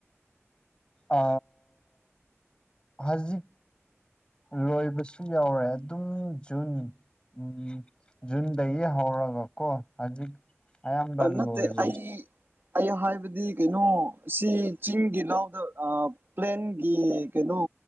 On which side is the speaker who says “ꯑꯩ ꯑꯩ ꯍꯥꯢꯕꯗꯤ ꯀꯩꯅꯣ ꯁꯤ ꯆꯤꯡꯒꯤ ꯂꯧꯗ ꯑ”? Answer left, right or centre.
Right